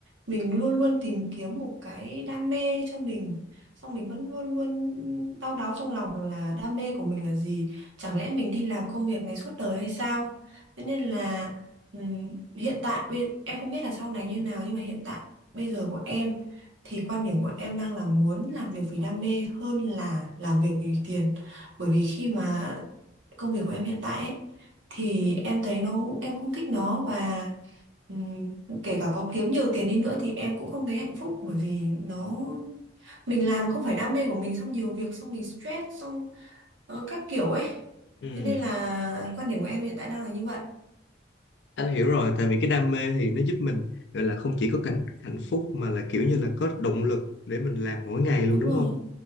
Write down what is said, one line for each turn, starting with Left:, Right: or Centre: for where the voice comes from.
Right: Mình luôn luôn tìm kiếm một cái đam mê cho mình, xong mình vẫn luôn luôn đau đáu trong lòng là đam mê của mình là gì, chẳng lẽ mình đi làm công việc này suốt đời hay sao? Thế nên là ừm, hiện tại bây- em không biết là sau này như nào nhưng mà hiện tại bây giờ của em thì quan điểm của em đang là muốn làm việc vì đam mê hơn là làm việc vì tiền bởi vì khi mà công việc của em hiện tại ấy, thì em thấy nó em không thích nó và ừm, kể cả có kiếm nhiều tiền đi nữa thì em cũng không thấy hạnh phúc bởi vì nó mình làm không phải đam mê của mình xong nhiều việc xong mình stress xong ờ, các kiểu ấy
Left: ừ
Right: thế nên là quan điểm của em hiện tại đang là như vậy
Left: anh hiểu rồi tại vì cái đam mê thì nó giúp mình gọi là không chỉ có cảnh hạnh phúc mà là kiểu
Right: Ừ,
Left: như là có động lực để mình làm mỗi ngày luôn
Right: đúng
Left: đúng
Right: rồi
Left: không